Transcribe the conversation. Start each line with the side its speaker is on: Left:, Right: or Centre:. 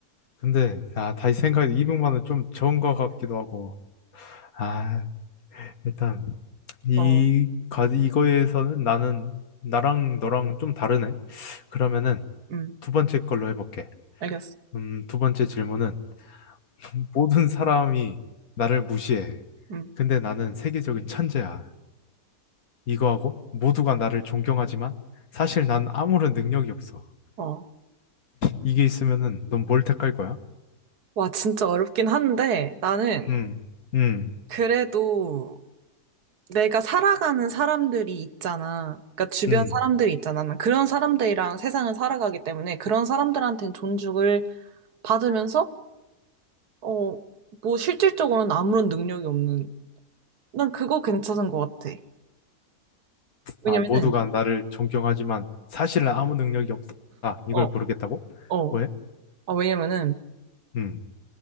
Left: 근데 아 다시 생각해 200만 원 좀 적은 것 같기도 하고. 아, 일단 이
Right: 어,
Left: 가, 이거에서는 나는 나랑 너랑 좀 다르네. 그러면은
Right: 음,
Left: 두 번째 걸로 해볼게.
Right: 알겠어.
Left: 음, 두 번째 질문은 <laughs> 모든 사람이 나를 무시해.
Right: 음,
Left: 근데 나는 세계적인 천재야. 이거하고 모두가 나를 존경하지만 사실 난 아무런 능력이 없어.
Right: 어,
Left: 이게 있으면은 넌 뭘 택할 거야?
Right: 와, 진짜 어렵긴 한데 나는
Left: 음, 음,
Right: 그래도 내가 살아가는 사람들이 있잖아. 그러니까 주변
Left: 음.
Right: 사람들이 있잖아. 난 그런 사람들이랑 세상을 살아가기 때문에 그런 사람들한테는 존중을 받으면서 어, 뭐 실질적으로는 아무런 능력이 없는. 난 그거 괜찮은 것 같아. 왜냐면은,
Left: 아, 모두가 나를 존경하지만 사실은 아무 능력이 없다. 이걸
Right: 어,
Left: 고르겠다고?
Right: 어,
Left: 왜?
Right: 아, 왜냐면은,
Left: 음,